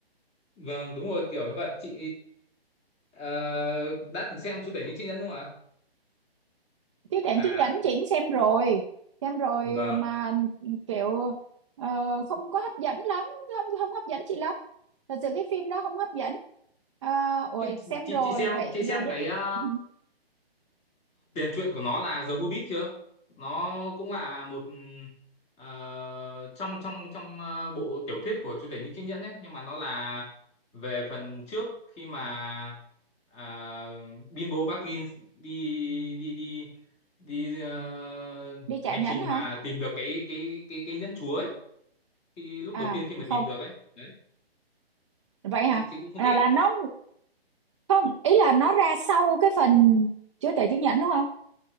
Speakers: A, on the left (about 20°); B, on the right (about 30°).
A: Vâng, đúng rồi kiểu như vậy. Chị ờ, đã từng xem chủ tể những chị nhân không ạ?
B: chúa tể
A: Cả
B: những chiếc nhẫn chị cũng xem rồi xem rồi
A: vâng.
B: mà kiểu ờ, không có hấp dẫn lắm không không hấp dẫn chị lắm thật sự cái phim đó không hấp dẫn à, ủa
A: Thế
B: xem
A: Chị
B: rồi
A: chị xem
B: vậy
A: chị xem
B: giờ với-
A: cái ờ,
B: <laughs>
A: tiền truyện của nó là The Hobbit chưa nó cũng là một ờ, trong trong trong ờ, bộ tiểu thuyết của Chúa Tể Những Chiếc Nhẫn ấy nhưng mà nó là về phần trước khi mà ờ, Bilbo Baggins đi đi đi đi ờ,
B: đi trả
A: hành
B: nhẫn
A: trình
B: hả
A: mà tìm được cái cái cái cái nhẫn chúa ấy khi lúc
B: à
A: đầu tiên khi mà
B: không
A: tìm được ấy đấy
B: vậy hả
A: chị chị cũng không
B: là,
A: thích
B: là nó không ý là nó ra sau cái phần chứa tệ chứng nhận đúng không